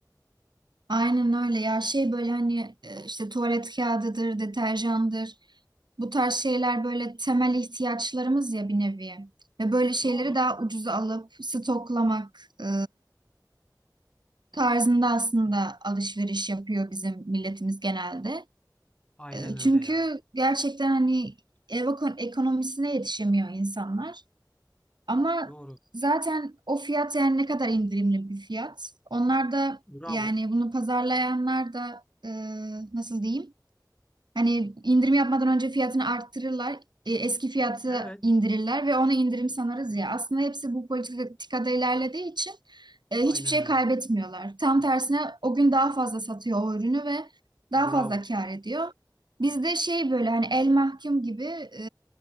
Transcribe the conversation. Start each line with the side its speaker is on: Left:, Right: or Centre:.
Right: Aynen öyle ya şey böyle hani e, işte tuvalet kağıdıdır, deterjandır. Bu tarz şeyler böyle temel ihtiyaçlarımız ya bir nevi. Ve böyle şeyleri
Left: Doğru.
Right: daha ucuza alıp stoklamak e, tarzında aslında alışveriş yapıyor bizim milletimiz genelde.
Left: Aynen
Right: E,
Left: öyle
Right: Çünkü
Left: ya.
Right: gerçekten hani ev eko- ekonomisine yetişemiyor insanlar. Ama
Left: Doğru.
Right: zaten o fiyat yani ne kadar indirimli bir fiyat. Onlar da
Left: Bravo.
Right: yani bunu pazarlayanlar da e, nasıl diyeyim? Hani indirim yapmadan önce fiyatını arttırırlar. e, Eski fiyatı
Left: Evet.
Right: indirirler ve ona indirim sanarız ya. Aslında hepsi bu politikada ilerlediği için e,
Left: Aynen
Right: hiçbir şey
Left: öyle.
Right: kaybetmiyorlar. Tam tersine o gün daha fazla satıyor o ürünü ve daha
Left: Bravo.
Right: fazla kâr ediyor. Bizde şey böyle hani el mahkum gibi e,